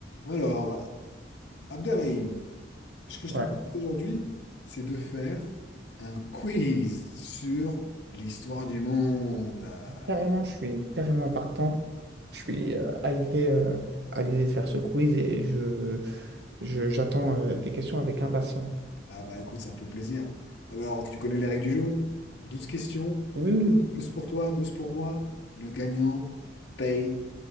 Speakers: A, on the left; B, on the right.
A: Alors, Abderrahim, ce que je
B: Ouais,
A: te propose aujourd'hui, c'est de faire un quiz sur l'histoire du monde. Ah
B: carrément, je suis carrément partant. Je suis euh, hypé euh, à l'idée de faire ce quiz et je, je- j'attends euh, tes questions avec impatience.
A: ah bah écoute, ça me fait plaisir. Alors, tu connais les règles du jeu? 12 questions,
B: Oui, oui.
A: 12 pour toi, 12 pour moi. Le gagnant paye,